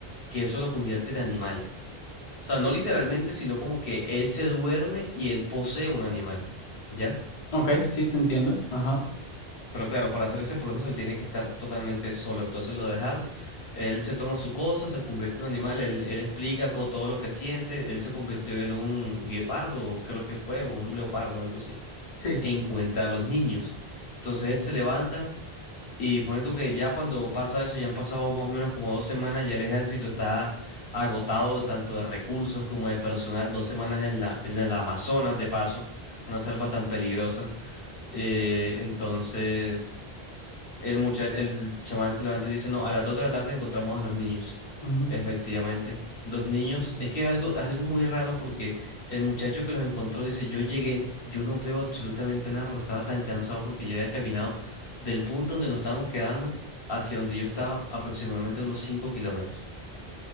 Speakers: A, on the left (about 65°); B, on the left (about 40°).
A: que eso lo convierte en animal. O sea, no literalmente, sino como que él se duerme y él posee un animal. ¿Ya?
B: Ok, sí, te entiendo. Ajá.
A: Pero claro, para hacer ese proceso él tiene que estar totalmente solo. Entonces lo dejaron, él se toma su cosa, se convierte en un animal, él, él explica co- todo lo que siente, él se convirtió en un guepardo, creo que fue, o un leopardo, algo así.
B: Sí.
A: E encuentra a los niños. Entonces él se levanta y pone tú que ya cuando pasa eso, ya han pasado más o menos como dos semanas, ya el ejército está agotado de tanto de recursos como de personal, dos semanas en la, en el Amazonas de paso, una selva tan peligrosa. Eh, entonces... El muchacho, el chamán se levanta y dice, no, a las 2 de la tarde encontramos a los niños.
B: Ujú.
A: Efectivamente. Los niños,
B: Sí.
A: es que algo, algo muy raro porque el muchacho que los encontró dice, yo llegué, yo no veo absolutamente nada, pero estaba tan cansado porque yo había caminado del punto donde nos estábamos quedando hacia donde yo estaba aproximadamente unos 5 kilómetros.